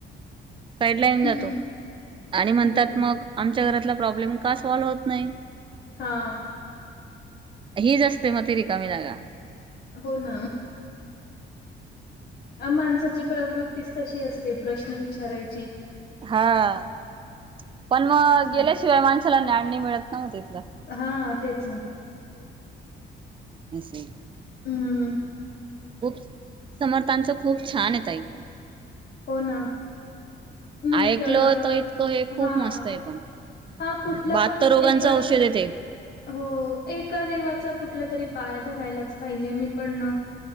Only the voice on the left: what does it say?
हम्म
हम्म.
बरं
हा.
हो ना. माणसाची प्रवृत्ती. तीच तशी असते प्रश्न विचारायची.
तेच
हा. तेच ना.
हम्म.
हो ना. मी
अ,
हां,
हां, कुठला
पण
एक
अस
हो. एका देवाचा कुठला तरी पाया धरायलाच पाहिजे, मी पण